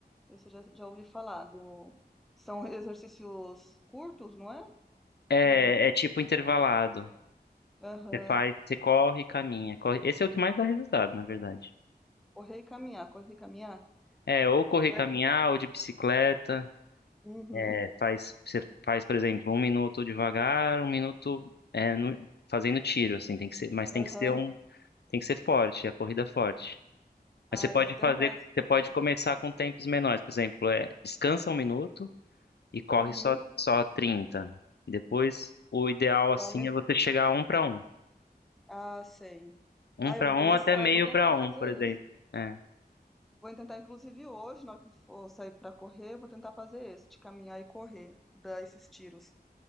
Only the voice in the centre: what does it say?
Esse eu já, já ouvi falar do... São exercícios curtos, não é?
Que...
Aham.
Correr e caminhar, correr e caminhar.
Será
que-
Uhum.
Aham.
Ah,
eu vou tentar
esse
também.
Uhum.
Vai aumentar.
Ah, sei.
Ah,
eu vou
começar,
eu vou tentar
fazer
esse.
Vou tentar, inclusive, hoje, na hora que eu for sair para correr, eu vou tentar fazer esse, de caminhar e correr, dar esses tiros.